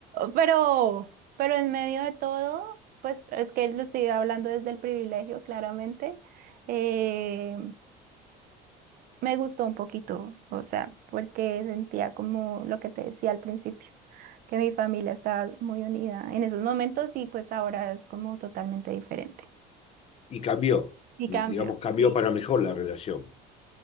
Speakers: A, on the right; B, on the left.
A: pero, pero en medio de todo, pues es que lo estoy hablando desde el privilegio, claramente, eh, me gustó un poquito, o sea, porque sentía como lo que te decía al principio, que mi familia estaba muy unida en esos momentos y pues ahora es como totalmente diferente.
B: y cambió,
A: Y
B: di-
A: cambios,
B: digamos, cambió
A: sí,
B: para mejor la relación